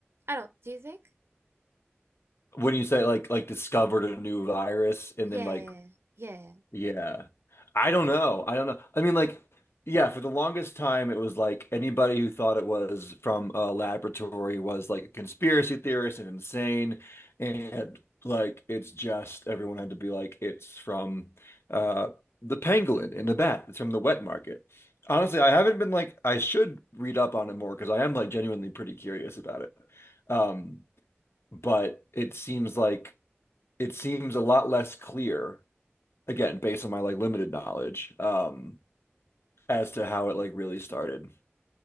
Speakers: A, on the right; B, on the left.
A: I don't. Do you think?
B: When you say like like discovered a new virus and
A: Yeah,
B: then like
A: yeah.
B: Yeah. I don't know. I don't know. I mean, like, yeah, for the longest time, it was like anybody who thought it was from a laboratory was like a conspiracy theorist and insane. And like, it's just everyone had to be like, it's from uh, the pangolin and the bat. It's from the wet market. Honestly, I haven't been like, I should read up on it more because I am like genuinely pretty curious about it. Um, but it seems like it seems a lot less clear again, based on my like limited knowledge, um, as to how it like really started,